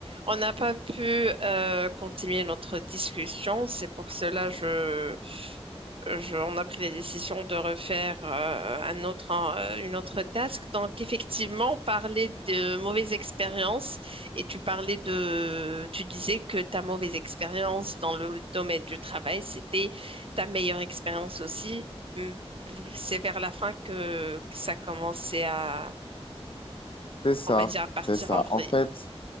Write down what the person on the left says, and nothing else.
C'est ça,
c'est ça.
En fait,